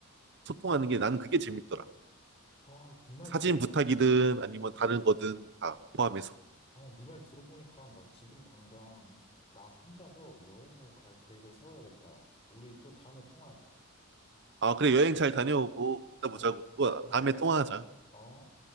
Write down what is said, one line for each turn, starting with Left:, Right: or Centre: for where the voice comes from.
Right: 소통하는 게 나는 그게 재밌더라.
Left: 아, 네 말
Right: 사진
Left: 들어보니까,
Right: 부탁이든 아니면
Left: 어.
Right: 다른 거든 다 포함해서.
Left: 아, 네 말 들어보니까 나 지금 당장 나 혼자서 여행을 갈 계획을 세워야겠다. 우리 또 다음에 통화하자.
Right: 아, 그래, 여행 잘 다녀오고, 이따
Left: 어,
Right: 보자고. 또
Left: 고마워.
Right: 다음에 통화하자.
Left: 어.